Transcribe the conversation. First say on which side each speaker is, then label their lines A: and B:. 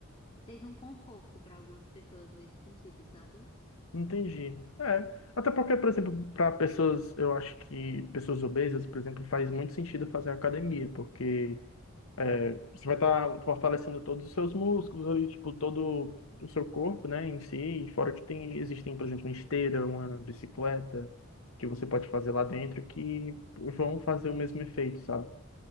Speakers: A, on the left; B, on the left.
A: seja um conforto para algumas pessoas nesse sentido, sabe?
B: Entendi. É. Até porque, por exemplo, para pessoas, eu acho que pessoas obesas, por exemplo, faz muito sentido fazer academia, porque é, você vai estar fortalecendo todos os seus músculos ali, tipo, todo o seu corpo, né, em si, e fora que tem, existem, por exemplo, uma esteira, uma bicicleta, que você pode fazer lá dentro, que vão fazer o mesmo efeito, sabe?